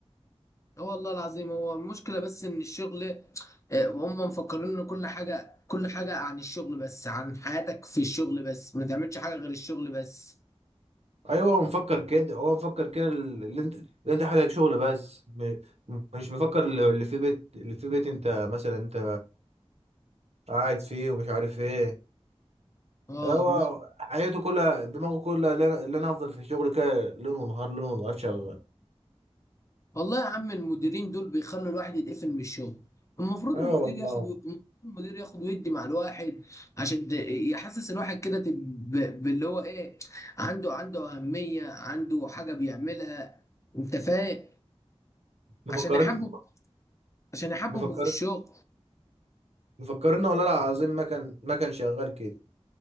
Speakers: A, on the left (about 30°); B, on the right (about 75°).
A: اه والله العظيم هو المشكله بس ان الشغل آه، هم مفكرين ان كل حاجه كل حاجه عن الشغل بس عن حياتك في الشغل بس ما تعملش حاجه غير الشغل بس
B: ايوه هو مفكر كده هو مفكر كده اللي انت اللي انت حاجه شغل بس م- مش مفكر اللي اللي في بيت اللي في بيت انت مثلا انت قاعد فيه ومش عارف ايه
A: اه
B: هو حياته كلها دماغه كلها اللي انا اللي أنا افضل في الشغل كده ليل ونهار ليل ونهار شغال
A: والله يا عم المديرين دول بيخلوا الواحد يتقفل من الشغل المفروض
B: ايوه
A: المدير
B: والله
A: ياخد المفروض المدير ياخد ويدي مع الواحد عشان ت- يحسس الواحد كده تب- ب- باللي هو ايه عنده عنده أهمية عنده حاجة بيعملها انت فاهم
B: مفكرين
A: عشان يحبب عشان يحببه
B: مفكر
A: في الشغل
B: مفكرين والله العظيم ما كان ما كان شغال كده